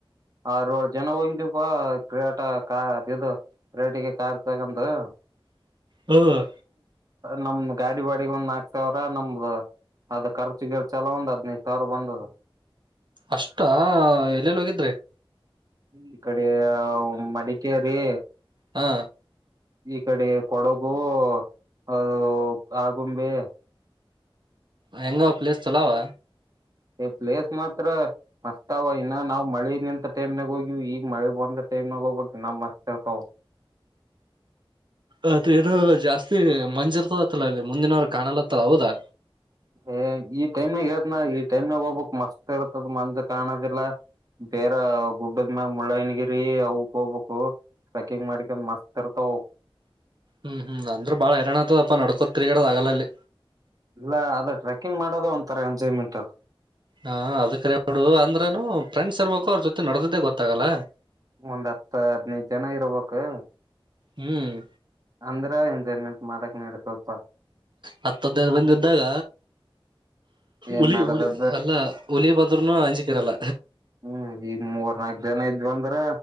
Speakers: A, on the right; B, on the right.
A: ಆೋಳ ಜನ ಹೋಗಿದಪ್ಪಾ ಕಾಟ ಕ ಅದದು. ರೇಟಿಗೆ ಕಾರ್ ತಗಂದುು.
B: ಹ್ಮ್.
A: ನಮ್ದ್ ಗಾಡಿ ಬಾಡಿಗೆ ಒಂದ್ ನಾಕ್ ಸಾವಿರ ನಮ್ದ. ಅದ ಖರ್ಚು ಗರ್ಚಲ ಒಂದ್ ಹದ್ಿನೈದು ಸಾವಿರ ಬಂದದ.
B: ಅಷ್ಟ ಎಲ್ಲೆಲ್ಲಿ ಹೋಗಿದ್ದ.
A: ಈ ಕಡೆ ಮಡಿಕೇರಿ.
B: ಹಾ.
A: ಈ ಕಡೆ ಕೊಡಗು ಅ ಆಗುಂಬೆ.
B: ಹೆಂಗ ಪ್ಲೇಸ್ ಚಲಾವ.
A: ಏ ಪ್ಲೇಸ್ ಮಾತ್ರ ಮಸ್ತಾವ ಇನ್ನ ನಾವ್ ಮಳೆ ನಿಂತ ಟೈಮ್ನಾಗ ಹೋಗಿವ್ ಈಗಗ್ ಮಳೆ ಬಂದ. ನಗೋ ಮಸ್ತತ.
B: ಅತದು ಜಾಸ್ತಿ. ಮಂಜಿರ್ತದತ್ತಾ ಇಲ್ಲಿ ಮುಂದಿನವ ಕಾಣಲತ್ತಲ್ಲ ಹೌದಾ.
A: ಏ ಈ ಟೈಮ್ಾಗ ಏದನ ಈ ಟೈಮ್ಗ್ ಹೋಗ್ಬೇಕಕ್ ಮಸ್ತ್ ಇರ್ತದ ಮಂದ ಕಾಣೋದಿಲ್ಲ. ಬೇರೆ ಗುಡ್ಡದ ಮ್ಯಾಗ ಮುಳ್ಳಯ್ಯನಗಿರಿ ಅವಕ್ ಹೋಗ್ಬೇಕು. ಟ್ರೆಕಿಂಗ್ ಮಾಡಿಕ ಮತ್ ಇರ್ತ.
B: ಹ್ಮ್ ಹ್ಮ್ ಅಂದ್ರ ಬಾಳ ಹರಾಣ್ ಆತದಪ್ಪಾ ನಡ್ಕೋತ್ರಿಗಡದ್ ಆಗಲಲ್ಲಿ.
A: ಇಲ್ಲ ಅದ ಟ್ರೆಕ್ಕಿಂಗ್ ಮಾಡೋದ ಒಂಥರ ಎಂಜಾಯ್ಮೆಂಟ್ ಅಲ್ಲ.
B: ಹಾ ಅದ ಕರ ಬಿಡು ಅಂದ್ರನು ಫ್ರೆಂಡ್ಸ್ ಇರ್ಬೇಕು ಅವ್ರ ಜೊತೆ ನಡ್ದ್ದೇ ಗೊತ್ತಾಗಲ್ಲ.
A: ಒಂದ್ ಹತ್ತು ಹದ್ನೈದು ಜನ ಇರ್ಬೇಕು.
B: ಹ್ಮ್.
A: ಅಂದ್ರ ಎಂಜಾಯ್ಮೆಂಟ್ ಮಾಡಕ್ ನೀಡ ಸ್ವಲ್ಪ.
B: ಹತ್ತ ಹದ್ನೈದು ಮಂದಿ ಇದ್ದಾಗ.
A: ಏನ್
B: ಉಲಿಿ
A: ನಡದದ್ದ
B: ಉಳ ಅಲ್ಲ ಒಳಿಯ ಪತ್ರತ್ರನ ಆಂಜಿಕರಲ್ಲ.
A: ಹ್ಮ್ ಈ ಮೂರ್ ನಾಕ್ ಜನ ಇದ್ ಅಂದ್ರ